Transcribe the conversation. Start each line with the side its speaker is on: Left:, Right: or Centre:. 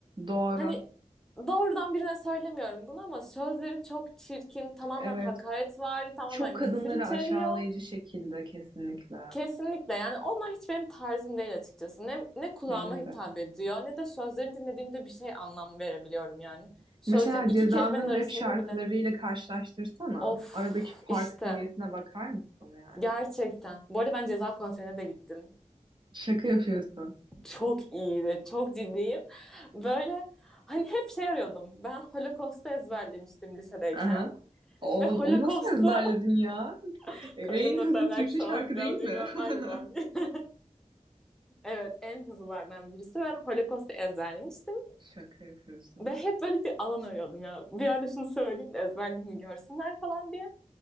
Right: Doğru.
Centre: Hani doğrudan birine söylemiyorum bunu ama sözleri çok çirkin, tamamen
Right: Evet.
Centre: hakaretvari, tamamen
Right: Çok kadınları
Centre: küfür içeriyor.
Right: aşağılayıcı şekilde kesinlikle.
Centre: Kesinlikle yani onlar hiç benim tarzım değil açıkçası. Ne, ne kulağıma
Right: Benim
Centre: hitap
Right: de.
Centre: ediyor ne de sözlerini dinlediğimde bir şey anlam verebiliyorum yani. Sözlerin
Right: Mesela
Centre: iki
Right: Ceza'nın
Centre: kelimenin arasında
Right: rap şarkılarıyla
Centre: bile.
Right: karşılaştırsana.
Centre: Of
Right: Aradaki fark
Centre: işte
Right: seviyesine bakar mısın yani?
Centre: gerçekten. Bu arada ben ceza konserine de gittim.
Right: Şaka yapıyorsun.
Centre: Çok iyiydi, çok ciddiyim. Böyle hani hep şey arıyordum. Ben Holocaust'u ezberlemiştim lisedeyken.
Right: Aha. O,
Centre: Ve Holocaust'u
Right: onu nasıl ezberledin ya?
Centre: <laughs>
Right: En
Centre: koyduğum nokta
Right: hızlı
Centre: belki
Right: Türkçe
Centre: son.
Right: şarkı
Centre: Ben
Right: değil mi?
Centre: de bilmem aynı babam
Right: <laughs>
Centre: diye. <laughs> Evet en hızlılardan birisi. Ben Holocaust'u ezberlemiştim.
Right: Şaka yapıyorsun.
Centre: Ve hep böyle bir alan arıyordum ya. Bir yerde şunu söyleyeyim de ezberlediğimi görsünler falan diye.